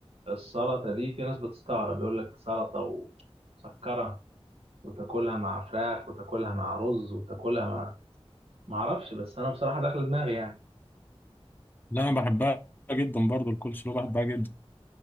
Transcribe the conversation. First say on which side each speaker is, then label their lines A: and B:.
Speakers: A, on the right; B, on the left.
A: السلطه دي في ناس بتستغرب يقول لك سلطه ومسكره وتاكلها مع فراخ وتاكلها مع رز وتاكلها مع معرفش بس انا بصراحه داخل دماغي يعني
B: لا انا بحبها جدا برضو الكولسلو بحبها جدا